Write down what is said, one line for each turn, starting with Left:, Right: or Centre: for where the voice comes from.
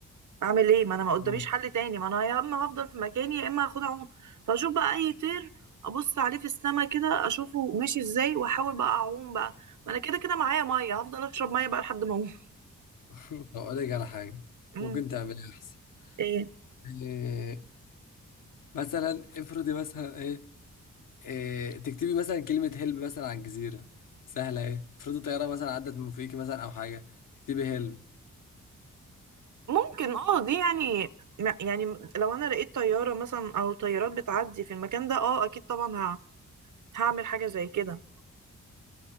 Right: اعمل ايه ما انا ما قداميش
Left: <laughs>
Right: حل تاني ما انا يا اما هفضل في مكاني يا اما هاخد اعوم فاشوف بقى اي طير ابص عليه في السما كده اشوفه ماشي ازاي واحاول بقى اعوم بقى ما انا كده كده معايا ميه هفضل اشرب ميه بقى لحد ما اقوم
Left: طب اقول لك على حاجة
Right: أمم،
Left: ممكن تعملها احسن
Right: ايه
Left: يعني مثلا افرضي مثلا ايه, إيه تكتبي مثلا كلمة هلب مثلا على الجزيرة سهلة ايه افرضي طيارة مثلا عدت من فوقيكي مثلا او حاجة تكتبي هلب
Right: ممكن اه دي يعني م- يعني لو انا لقيت طياره مثلا او طيارات بتعدي في المكان ده اه اكيد طبعا ه- هعمل حاجه زي كده